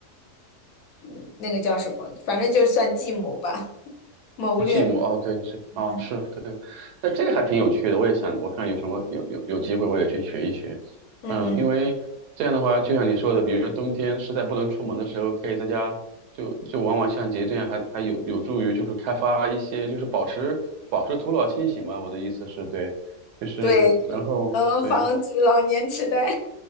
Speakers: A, on the left; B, on the right.
A: 嗯那个叫什么，反正就算计谋吧，谋略吧，
B: 寂寞哦，对，是啊、
A: 嗯
B: 哦，是对，那这个还挺有趣的，我也想，我看有什么有有有机会我也去学一学，
A: 嗯嗯，
B: 嗯，因为这样的话，就像你说的，比如说冬天实在不能出门的时候，可以在家就就玩玩相机这样还还有有助于就是开发一些就是保持保持头脑清醒嘛，我的意思是对，就是然后对。
A: 对，能防止老年痴呆。